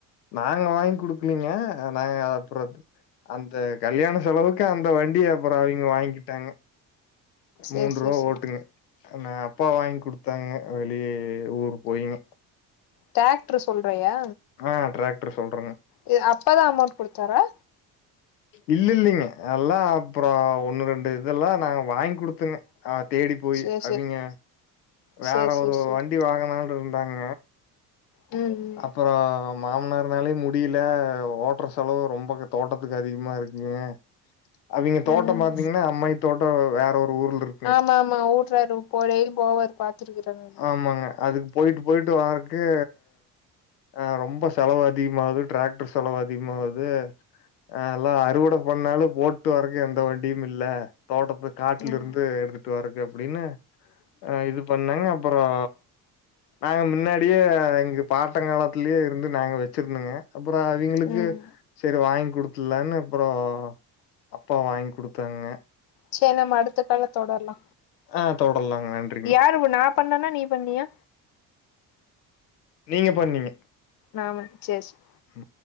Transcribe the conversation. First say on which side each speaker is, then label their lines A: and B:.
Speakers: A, on the left; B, on the left.
A: நாங்க வாங் குடுக்கலீங்க நாங்க அப்றோ அந்த கல்யாண செலவுக்கு அந்த வண்டி அப்றோ அவங்க வாங்கிக்கிட்டாங்க
B: சேர்
A: மூன்று
B: சேர்
A: ரூபா
B: சேர்
A: ஓட்டுங்க நா அப்பா வாங்கி குடுத்தாங்க வெளிய ஊரு போய்ங்க
B: டிராக்ட்ரு சொல்றியா
A: ஆ டிராக்ட்ரு சொல்றங்க
B: இது அப்பா தா அமௌண்ட் குடுத்தாரா
A: இல்ல இல்லிங்க எல்லா அப்றோ ஒண்ணு ரெண்டு இதெல்லா நாங்க வாங்குடுத்தங்க ஆ தேடி போயி
B: சேர் சேர்
A: அவிங்க
B: சேர்
A: வேற
B: சேர்
A: ஒரு
B: சேரி
A: வண்டி வாங்களான் இருந்தாங்க
B: ம்
A: அப்றோ மாம்னார்னாலயு முடில ஓட்டுற செலவு ரொம்ப தோட்டத்துக்கு அதிகமா இருக்குங்க அவிங்க தோட்டம்
B: ம் ம் ம்
A: பாத்தீங்ன்னா அம்மாயி தோட்டம் வேற ஒரு ஊர்ல இருக்கு
B: ஆமா ஆமா ஊட்றாரு <unintelligible> போவாரு பாத்துருக்கறாங்க
A: ஆமாங்க அதுக்கு போயிட்டு போயிட்டு வாரக்கு அ ரொம்ப செலவு அதிகமாவ்து டிராக்டர் செலவு அதிகமாவ்து ஆல்லா அறுவட பண்ணாலு போட்டு வரக்கு எந்த வண்டியு இல்ல தோட்டத்து காட்ல
B: ம்
A: இருந்து எடுத்துட்டு வறக்கு அப்டின்னு இது பண்ணங்க அப்றோ நாங்க முன்னாடியே எங்க பாட்டங்கலத்திலே இருந்து நாங்க வச்சிருந்தங்க அப்ற அவிங்களுக்கு
B: ம்
A: செரி வாங்கி குடுத்துலான்னு அப்றோ அப்பா வாங்கி குடுத்தாங்க
B: சேர் நம்ம அடுத்த கால்ல தொடர்லா
A: ஆ தொடரலாங்க. நன்றிங்க.
B: யாரு நா பண்ணனா நீ பண்ணியா
A: நீங்க பண்ணீங்க
B: நானா சேர் சேர்
A: ம்.